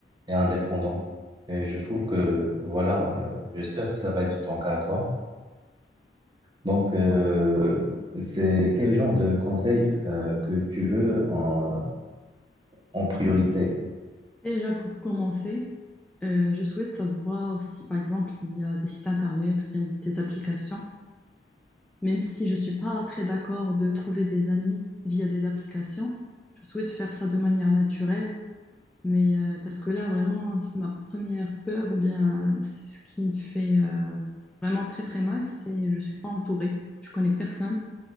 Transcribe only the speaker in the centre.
Déjà, pour commencer, euh, je souhaite savoir si, par exemple, il y a des sites internet ou bien des applications. Même si je ne suis pas très d'accord de trouver des amis via des applications, je souhaite faire ça de manière naturelle. Mais euh, parce que là, vraiment, c'est ma première peur ou bien euh, ce qui me fait euh, vraiment très très mal, c'est je ne suis pas entourée. Je connais personne.